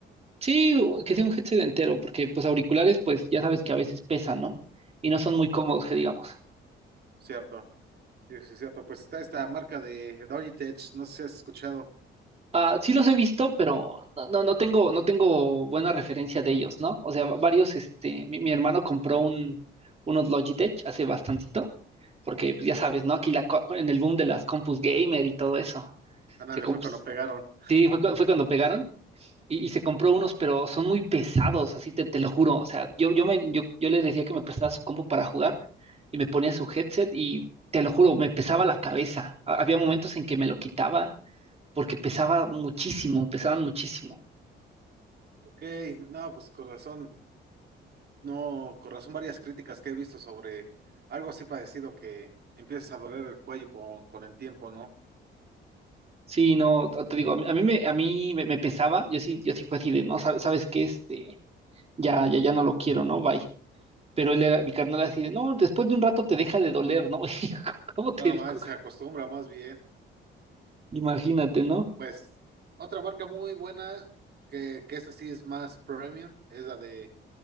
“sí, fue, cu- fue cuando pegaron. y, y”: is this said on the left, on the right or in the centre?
Right